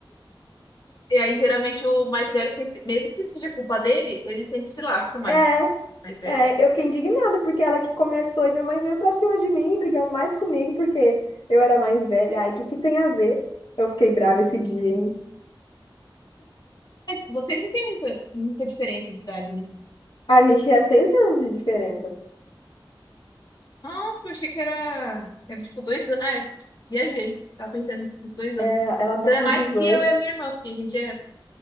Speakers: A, on the left; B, on the left.
A: E aí, geralmente, o mais velho sempre, mesmo que não seja culpa dele, ele sempre se lasca mais.
B: É,
A: Mais velho.
B: é, eu fiquei indignada porque ela que começou e minha mãe veio pra cima de mim, brigando mais comigo porque eu era mais velha. Ai, o que que tem a ver? Eu fiquei brava esse dia, hein?
A: Mas vocês não têm muita, muita diferença de idade, né?
B: A gente é seis anos de diferença.
A: Nossa, achei que era, era tipo dois anos. Ah, é, viajei. Tava pensando em tipo, dois
B: É,
A: anos.
B: ela
A: Então
B: tá com
A: é mais
B: dezoito.
A: que eu e a minha irmã, porque a gente é